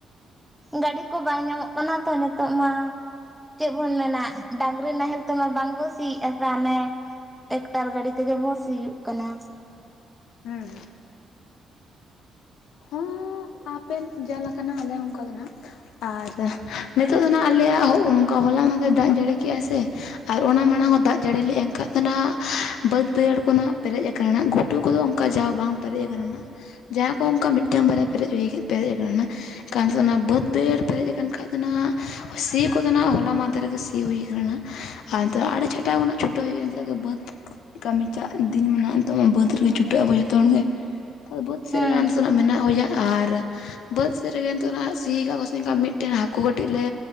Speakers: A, in the centre; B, on the left (about 80°).
A: ᱜᱟᱹᱰᱤ ᱠᱚ ᱵᱟᱝ ᱧᱟᱢᱚᱜ ᱠᱟᱱᱟ ᱛᱚ ᱱᱤᱛᱚᱜ ᱢᱟ᱾ ᱪᱮᱫ ᱵᱚᱱ ᱢᱮᱱᱟ ᱰᱟᱺᱝᱨᱤ ᱱᱟᱦᱮᱞ ᱛᱮᱢᱟ ᱵᱟᱝᱵᱚᱱ ᱥᱤᱭᱮᱜᱼᱟ ᱛᱟᱱᱮ ᱴᱮᱠᱴᱟᱨ ᱜᱟᱹᱰᱤ ᱛᱮᱜᱮ ᱵᱚ ᱥᱤᱭᱳᱜ ᱠᱟᱱᱟ᱾
B: ᱦᱩᱸᱻ ᱦᱚᱸ᱾ ᱟᱯᱮ ᱡᱟᱞ ᱞᱮᱠᱟᱱᱟ ᱟᱞᱮ ᱦᱚᱸ ᱚᱱᱠᱟ ᱜᱮ ᱱᱟᱜ ᱟᱨ ᱱᱤᱛᱚᱜ ᱫᱚ ᱱᱟ ᱟᱞᱮᱭᱟᱜ ᱚᱱᱠᱟ ᱦᱚᱞᱟ ᱢᱟᱫᱷᱮᱨ ᱫᱟᱜ ᱡᱟᱹᱲᱤ ᱠᱮᱜᱼ ᱟᱭ ᱥᱮ ᱟᱨ ᱚᱱᱟ ᱢᱟᱲᱟᱝ ᱦᱚᱸ ᱫᱟᱜ ᱡᱟᱹᱲᱤ ᱞᱮᱜᱼ ᱟᱭ ᱮᱱᱠᱷᱟᱱ ᱫᱚ ᱦᱜ ᱵᱟᱹᱫᱽ ᱵᱟᱹᱭᱦᱟᱹᱲ ᱠᱚ ᱱᱟᱜ ᱯᱮᱨᱮᱡ ᱟᱠᱟᱱᱟ ᱜᱩᱴᱩᱠ ᱠᱩᱫᱚ ᱚᱱᱠᱟ ᱡᱟ ᱵᱟᱝ ᱯᱮᱨᱮᱡ ᱟᱠᱟᱱᱟ ᱡᱟᱦᱟᱸ ᱠᱚ ᱚᱱᱠᱟ ᱢᱤᱫᱴᱟᱝ ᱵᱟᱨᱭᱟ ᱯᱮᱨᱮᱡ ᱯᱮᱨᱮᱡ ᱟᱠᱟᱱᱟ ᱱᱟᱜ ᱠᱟᱱ ᱫᱚ ᱚᱱᱟ ᱵᱟᱹᱫᱽ ᱵᱟᱹᱲ ᱯᱮᱨᱮᱡ ᱟᱠᱟᱱ ᱠᱷᱟᱡ ᱫᱚ ᱱᱟᱜ ᱥᱤ ᱠᱚᱫᱚ ᱱᱟᱜ ᱦᱚᱞᱟ ᱢᱟᱫᱷᱮ ᱜᱮ ᱥᱤ ᱦᱩᱭ ᱟᱠᱟᱱᱟ ᱱᱟᱜ ᱟᱨ ᱱᱤᱛᱚᱜ ᱟᱲᱮ ᱪᱷᱟᱴᱟᱣ ᱠᱷᱚᱱᱟᱜ ᱪᱷᱩᱴᱟᱹᱣ ᱦᱩᱭᱩᱜᱼᱟ ᱪᱮᱫᱟᱜ ᱥᱮ ᱵᱟᱹᱫᱽ ᱠᱟᱹᱢᱤ ᱪᱟᱜ ᱫᱤᱱ ᱢᱮᱱᱟᱜᱼᱟ ᱱᱤᱛᱚᱜ ᱢᱟ ᱵᱟᱹᱫᱽ ᱨᱮ ᱮ ᱪᱷᱩᱴᱟᱹᱜ ᱟᱵᱚ ᱡᱚᱛᱚ ᱦᱚᱲ ᱜᱮ ᱟᱫᱚ ᱵᱟᱹᱫᱽ ᱥᱮᱫ
A: ᱦᱮᱸ
B: ᱨᱮ ᱨᱟᱱ ᱥᱟᱱᱟᱜ ᱢᱮᱱᱟᱜ ᱜᱮᱭᱟ ᱟᱨ ᱵᱟᱹᱫᱽ ᱥᱮᱫ ᱨᱮ ᱜᱮ ᱱᱤᱛᱚᱜ ᱦᱟᱜ ᱥᱤ ᱟᱠᱟᱫ ᱠᱚᱣᱟ ᱥᱮ ᱱ ᱢᱤᱫᱴᱮᱱ ᱦᱟᱹᱠᱩ ᱠᱟᱹᱴᱤᱡ ᱞᱮ